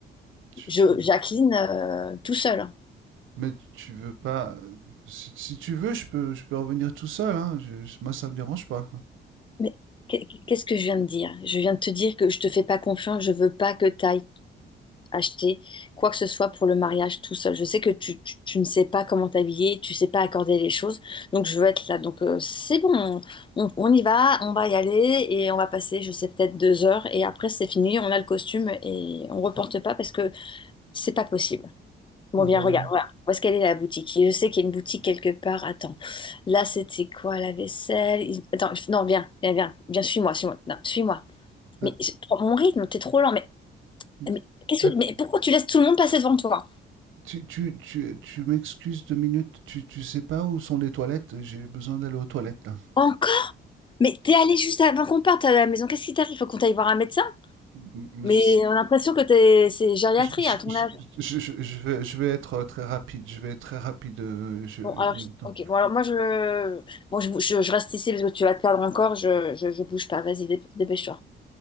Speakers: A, on the right (about 80°); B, on the left (about 25°).
A: tu-
B: Jo-
A: tu-
B: Jacqueline euh, tout seul.
A: mais tu veux pas. Si, si tu veux, je peux, je peux revenir tout seul, hein. Je- je- moi, ça me dérange pas.
B: Mais qu'est- qu'est-ce que je viens de dire? Je viens de te dire que je te fais pas confiance, je veux pas que tu ailles acheter quoi que ce soit pour le mariage tout seul. Je sais que tu, tu- tu ne sais pas comment t'habiller, tu sais pas accorder les choses, donc je veux être là. Donc euh, c'est bon, on, on y va, on va y aller et on va passer, je sais, peut-être deux heures et après c'est fini, on a le costume et on reporte pas parce que c'est pas possible. Bon,
A: Bon.
B: viens, regarde, voilà. Où est-ce qu'elle est la boutique? Et Je sais qu'il y a une boutique quelque part. Attends, là c'était quoi la vaisselle? Il- Attends, je- non, viens, viens, viens, viens, suis-moi, suis-moi, non, suis-moi.
A: Att-
B: Mais je- prends mon rythme, t'es trop lent. Mais,
A: mais-
B: mais qu'est-ce
A: att-
B: que, mais pourquoi tu laisses tout le monde passer devant toi?
A: Tu, tu, tu, tu m'excuses deux minutes. Tu, tu sais pas où sont les toilettes? J'ai besoin d'aller aux toilettes, là.
B: Encore? Mais t'es allé juste avant qu'on parte à la maison. Qu'est-ce qui t'arrive? Faut qu'on t'aille voir un médecin?
A: M- mais
B: Mais
A: je-
B: on a l'impression que t'es, c'est gériatrie
A: Je je
B: à ton âge.
A: je je je vais je vais être euh, très rapide, je vais être très rapide, heu, je
B: Bon,
A: euh,
B: alors, je-
A: attends.
B: ok, bon, alors moi je, bon, je, bou- je, je reste ici parce que tu vas te perdre encore. Je, je, je bouge pas. Vas-y, dép- dépêche-toi.